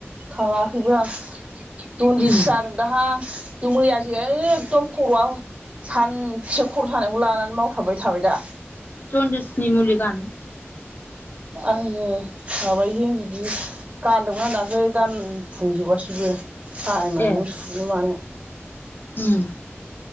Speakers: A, on the right; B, on the left.
A: थाङाखैबोहां जन्दिस
B: उम
A: जादों दाहां मैयासो एखदम खर'आ सानसे खर' सानायखौ लानानै मावथाबबाय थाबाय दा
B: जन्दिसनि मुलि गान
A: आङो माबायो बिदि गानदोंमोन आं दाखलै गानफुंजोबासैबो टायमानो
B: ए
A: सुनो मानो
B: उम